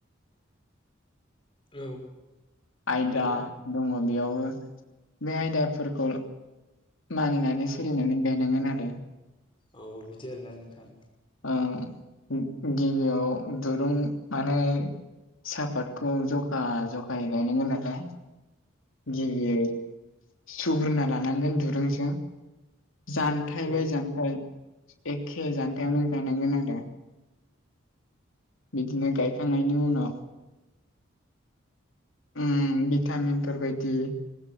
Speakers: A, on the left; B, on the left.
A: औ
B: आयदा
A: हेल'
B: दङ बेयावबो बे आयदाफोरखौ मानिनानै सोलिनानै गायनांगोन आरो
A: औ बिदि आरोना नोंथां
B: ओ गिबियाव दुरुं माने सापातखौ जखा जखायै गायनांगोन नालाय गिबियै सुग्रोना लानांगोन दुरुंजों जानथाय
A: औ
B: बाय जानथाय एखे जानथाइयावनो गायनांगोन आरो बिदिनो गायखांनायनि उनाव ओम भिटामिन बेफोरबायदि